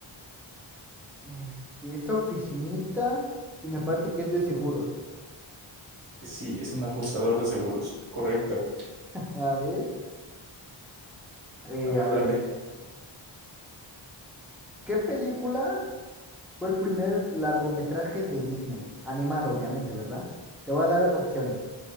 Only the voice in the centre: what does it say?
este, es oficinista y me parece que es de seguros.
A ver, eh,
a
ver, ¿qué película fue el primer largometraje de Disney? Animado, obviamente, ¿verdad? Te voy a dar opciones.